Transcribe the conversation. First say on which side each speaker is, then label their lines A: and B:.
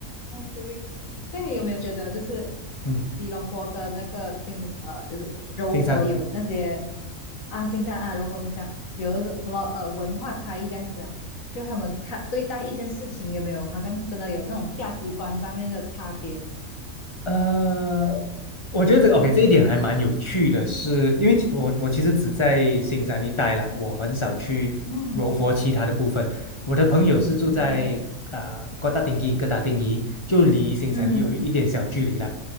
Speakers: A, on the left; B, on the left.
A: 对。那你有没有觉得，就是
B: 嗯，
A: 吉隆坡跟那个新呃，就是柔佛有那些
B: 进山吧。
A: 啊，新山啊，柔佛新山有什么呃文化差异这样子啊？就他们看对待一件事情有没有，好像真的有那种价值观上面的差别？
B: 呃，我觉得这个 OK，这一点还蛮有趣的是，因为其我我其实只在新山一带啦，我很少去柔佛其他的部分。
A: 嗯
B: 我的朋友是住在啊、
A: 嗯
B: 呃哥打丁基、哥打丁尼，就离新山有一点小距离啦。
A: 嗯。